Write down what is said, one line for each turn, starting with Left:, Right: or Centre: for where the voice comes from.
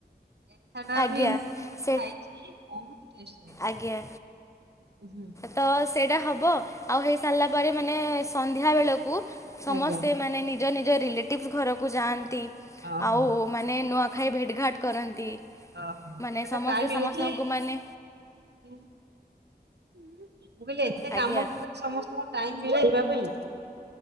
Right: ଲେଥାଟା
Left: ଆଜ୍ଞା
Right: ବି ମୁଁ ଖାଇଚି।
Left: ସେ
Right: ବହୁତ୍ ଟେଷ୍ଟେ ଲାଗେ।
Left: ଆଜ୍ଞା
Right: ହୁଁ।
Left: ତ ସେଇଟା ହବ। ଆଉ ହେଇସାରିଲା ପରେ ମାନେ ସନ୍ଧ୍ୟା ବେଳକୁ ସମସ୍ତେ
Right: ଆଜ୍ଞା।
Left: ମାନେ ନିଜ ନିଜ ରିଲେଟିଭ୍ସ୍ ଘରକୁ ଯାଆନ୍ତି
Right: ଓହୋ
Left: ଆଉ ମାନେ ନୂଆଖାଇ ଭେଟ ଘାଟ କରନ୍ତି।
Right: ଓହୋ
Left: ମାନେ
Right: ସେଟା
Left: ସମସ୍ତେ
Right: ଟାଇ ମି
Left: ସମସ୍ତଙ୍କୁ
Right: <inaudible> ଳିଛି
Left: ମାନେ
Right: ମୁଁ କହିଲି ଏତେ
Left: ଆଜ୍ଞା
Right: କାମ ଭିତରେ ସମସ୍ତଙ୍କୁ ଟାଇମ ମିଳେ ଯିବା ପାଇଁ।